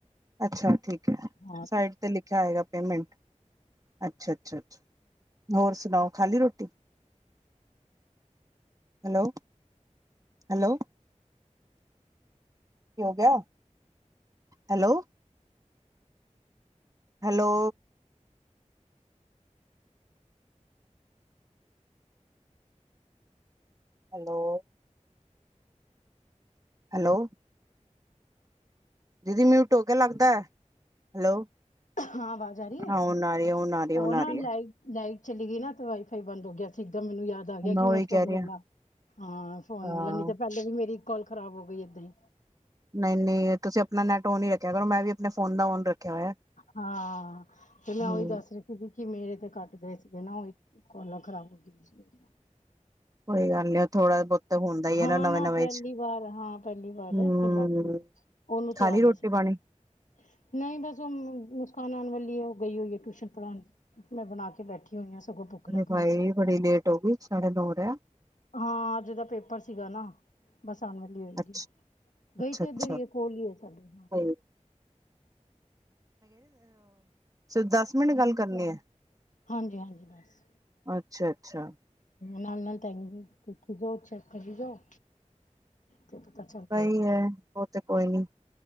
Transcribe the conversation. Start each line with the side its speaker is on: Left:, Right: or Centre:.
Right: ਅੱਛਾ ਠੀਕ ਹੈ।
Left: ਹਾਂ
Right: ਸਾਈਡ ਤੇ ਲਿਖ ਲਿਖਿਆ ਹੈਏਗਾ ਪੇਮੈਂਟ ਅੱਛਾ, ਅੱਛਾ, ਅੱਛਾ ਹੋਰ ਸੁਣਾਓ ਖਾਲੀ ਰੋਟੀ? ਹੈਲੋ-ਹੈਲੋ। ਕੀ ਹੋ ਗੇਆ ਹੈਲੋ। ਹੈਲੋ। ਹੈਲੋ। ਹੈਲੋ। ਦੀਦੀ ਮਿੳਟ ਹੋ ਗੇ ਲੱਗਦਾ ਐ ਹੈਲੋ।
Left: ਹਾਂ ਆਵਾਜ਼ ਆ ਰਹੀ ਹੈ
Right: ਹ ਹੁਨ ਆਈ ਏ ਹੁਨ ਆਰੀ ਏ
Left: ਉਹ
Right: ਹੁਨ
Left: ਨਾ
Right: ਆਰੀ ਏ।
Left: ਲਾਈਟ ਲਾਈਟ ਚਲੀ ਗਈ ਨਾ ਤੇ ਵਾਈਫਾਈ ਬੰਦ ਹੋ ਗਿਆ ਸੀ ਇੱਕਦਮ ਮੈਨੂੰ ਯਾਦ ਆ ਗਿਆ ਕਿ
Right: ਉਹੀ
Left: ਮੈਂ ਫੋਨ
Right: ਕਹਿ ਰਹੀ
Left: ਵਲਾ,
Right: ਹਾਂ
Left: ਹਾਂ ਫੋਨ
Right: ਹਾਂ
Left: ਵਲਾ ਨੀ ਤੇ ਪੇਲੇ ਵੀ ਮੇਰੀ ਕੋਾਲ ਖਰਾਬ ਹੋ ਗਈ ਏਦਾਂ ਈ।
Right: ਨਈ-ਨਈ ਤੁਸੀਂ ਅਪਣਾ ਨੈਟ ਔਨ ਹੀ ਰੱਖਿਆ ਕਰੋ, ਮੈਂ ਵੀ ਆਪਣੇ ਫੋਨ ਦਾ ਔਨ ਰੱਖਿਆ ਹੋਇਆ।
Left: ਹਾਂ, ਤੇ
Right: ਹਮ
Left: ਮੈਂ ਉਈ ਦੱਸ ਰੀ ਸੀ ਕਿ ਮੇਰੇ ਤੇ ਕੱਟ ਗਏ ਸੀਗੇ ਨਾ ਉਹ ਕੋਲਾਂ ਖ਼ਰਾਬ ਹੋ ਗਈਆਂ ਸੀ ਮੇਰੀਆਂ।
Right: ਕੋਈ ਗੱਲ ਨੀ ਥੋੜਾ ਬਹੁਤ ਹੁੰਦਾ ਹੀ
Left: ਹਾਂ
Right: ਹੈ ਨਵੇਂ
Left: ਨਾ
Right: ਨਵੇਂ
Left: ਪੇਲੀ
Right: ਚ
Left: ਵਾਰ ਏ ਪੇਲੀ ਵਾਰ
Right: ਹਮ
Left: ਫੇਰ <inaudible> ਉਨੂੰ ਤੇ
Right: ਖਾ
Left: ਆ
Right: ਲਈ
Left: ਗਏ
Right: ਰੋਟੀ
Left: ਸੀ ਨਹੀਂ
Right: ਪਾਣੀ
Left: ਬਸ। ਮੁਸਕਾਨ ਆਣ ਵਾਲੀ ਏ ਉ ਗਈ ਹੋਈ ਏ ਟਿਊਸ਼ਨ ਪੜ੍ਹਾਣ ਮੈਂ ਬਣਾ ਕੇ ਬੈਠੀ ਹੋਈ ਆ ਸਗੋਂ ਭੁੱਖ
Right: ਅਰੇ
Left: ਲਗ
Right: ਭਾਈ
Left: ਰਹੀ ਸੀ।
Right: ਬੜੀ ਲੇਟ ਹੋ ਗਈ ਸਾਡੇ ਨੋ ਹੋ ਰੇਹੇ ਆ।
Left: ਹਾਂ ਅਜ ਦਾ ਪੇਪਰ ਸੀਗਾ ਨਾ। ਬਸ ਆਣ ਵਲੀ ਹੋਏਗੀ
Right: ਅੱਛਾ
Left: ਗਈ
Right: ਅੱਛਾ
Left: ਤੇ
Right: ਅੱਛਾ
Left: ਏਧਰ ਈ ਏ ਕੋਲ ਈ ਏ ਸਾਡੇ।
Right: <inaudible> ਦਸ ਮਿੰਟ ਗੱਲ ਕਰਨੀ ਏ
Left: ਹਾਂਜੀ-ਹਾਂਜੀ ਬਸ।
Right: ਅੱਛਾ-ਅੱਛਾ।
Left: ਨਾਲ-ਨਾਲ ਟਾਈਮ ਦੇਖੀ ਜਾਓ ਚੈੱਕ ਕਰੀ ਜਾਓ ਤੇ ਪਤਾ ਚੱਲ
Right: ਸਈ
Left: ਜਾਏਗਾ
Right: ਏ ਉ ਤੇ ਕੋਈ ਨੀ।